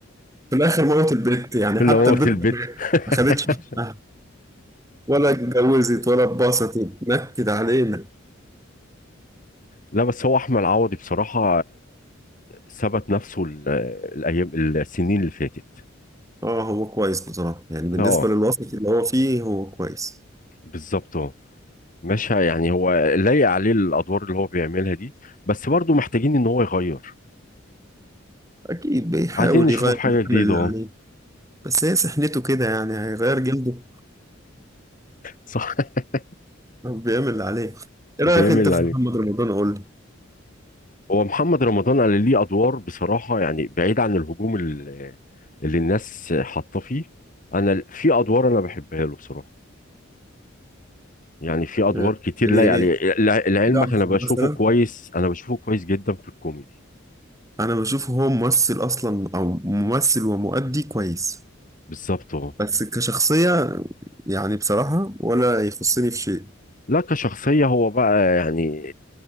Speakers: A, on the right; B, on the left.
A: في الآخر موت البت يعني
B: <laughs> الا
A: حتى
B: موت
A: البت
B: البيت
A: ما
B: <laughs>
A: خدتش حقها. ولا اتجوزت ولا اتبسطت نكد علينا
B: لا بس هو احمد عوضي بصراحه ثبت نفسه ال- الايام السنين اللي فاتت
A: اه هو كويس بصراحة يعني بالنسبة
B: اه
A: للوسط اللي هو فيه هو كويس
B: بالظبط اه مش ه- يعني هو لايق عليه الادوار اللي هو بيعملها دي بس برضه محتاجين ان هو يغير
A: أكيد بيحاول
B: عايزين نشوفه
A: يغير
B: في حاجه
A: بيعمل
B: جديده
A: اللي
B: اه
A: عليه بس هي سحنته كده يعني هيغير جلده
B: صح <laughs>
A: بيعمل اللي عليه إيه
B: بيعمل
A: رأيك أنت
B: اللي
A: في
B: عليه
A: محمد رمضان قول لي
B: هو محمد رمضان قال ليه ادوار بصراحه يعني بعيد عن الهجوم اللي, اللي الناس حاطه فيه انا في ادوار انا بحبها له بصراحه يعني في ادوار
A: آه،
B: كتير
A: يعني
B: لايق عليه
A: إيه
B: لع- لعلمك
A: ده
B: انا بشوفه
A: مثلا
B: كويس انا بشوفه كويس جدا في الكوميدي
A: أنا بشوفه هو ممثل أصلا أو ممثل ومؤدي كويس
B: بالظبط اه
A: بس كشخصية يعني بصراحة ولا يخصني في شيء
B: لا كشخصية هو بقى يعني